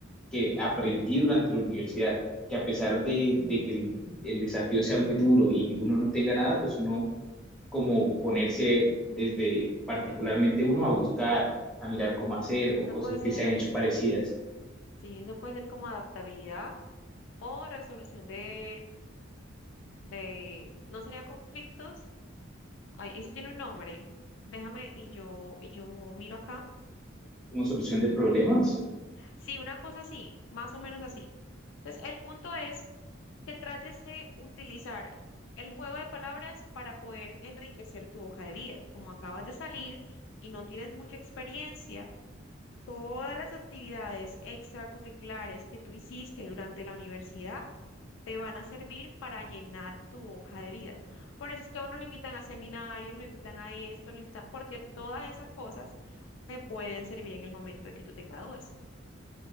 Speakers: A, in the centre; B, on the left (about 65°).
A: que aprendí durante la universidad, que a pesar de, de que el, el desafío sea muy duro y uno no tenga nada, pues uno como ponerse desde particularmente uno a buscar, a mirar cómo hacer o
B: Eso
A: cosas
B: puede ser,
A: que se han hecho parecidas
B: sí, eso puede ser como adaptabilidad o resolución de de, no sería conflictos, ay, eso tiene un nombre, déjame y yo, y yo miro acá.
A: como solución de problemas.
B: Sí, una cosa así, más o menos así. Entonces, el punto es que trates de utilizar el juego de palabras para poder enriquecer tu hoja de vida. Como acabas de salir y no tienes mucha experiencia, Todas las actividades extracurriculares que tú hiciste durante la universidad te van a servir para llenar tu hoja de vida. Por eso es que a uno lo invitan a seminarios, lo invitan a esto, lo invitan, porque todas esas cosas te pueden servir en el momento de que tú te gradúes.